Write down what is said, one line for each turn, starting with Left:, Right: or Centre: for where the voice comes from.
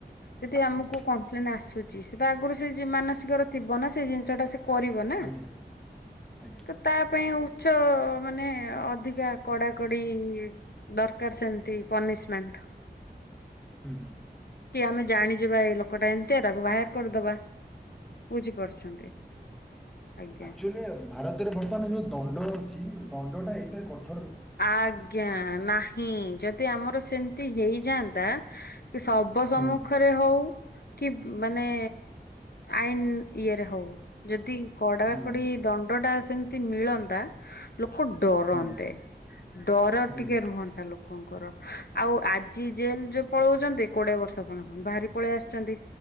Left: ଯଦି ଆମକୁ
Centre: ହୁଁ
Left: କମ୍ପ୍ଲେନ୍ ଆସୁ ଚି ସେଟା ଆଗରୁ ସେଇ ଯିଏ ମାନସିକର ଥିବନା ସେଇ ଜିନିଷଟା ସେ କରିବନା
Centre: ଆଜ୍ଞା ଆଜ୍ଞା
Left: ତ ତା ପାଇଁ ଆଉ ଚଅ ମାନେ ଅଧିକା କଡାକଡି ଦରକାର ସେମତି ପନିଶମେଣ୍ଟ୍। ହ।
Centre: ହୁଁ ହୁଁ।
Left: କି ଆମେ ଜାଣିଯିବା ଏଇ ଲୋକଟା ଏମତି ତାକୁ ବାହାର କରିଦବା ବୁଝିପାରୁଛନ୍ତି। ଆଜ୍ଞା।
Centre: ଆକଚୁଲି ଭାରତରେ ବର୍ତ୍ତମାନ ଯୋଉ ଦଣ୍ଡ ଅଛି ଦଣ୍ଡଟା ଏତେ କଠ
Left: ଆଜ୍ଞା ନାହିଁ ଯଦି ଆମର ସେମତି ହେଇ ଯାଆନ୍ତା କି ଶବ ସମ୍ମୁଖରେ
Centre: ହୁଁ
Left: ହୋଉ କି ମାନେ ଆଇନ ଇଏରେ ହୋଉ ଯଦି କଡାକଡି
Centre: ହୁଁ
Left: ଦଣ୍ଡଟା ସେମତି ମିଳନ୍ତା ଲୋକ ଡରନ୍ତେ।
Centre: ହୁଁ
Left: ଡର
Centre: ହୁଁ
Left: ଟିକେ ରୁହନ୍ତା ଲୋକଙ୍କର ଆଉ ଆଜି ଜେଲ ଯୋଉ ପଳୋଉଚନ୍ତି କୋଡିଏ ବର୍ଷ ପୁନେ ପୁଣି ବାହାରି ପଳେଇ ଆସଚନ୍ତି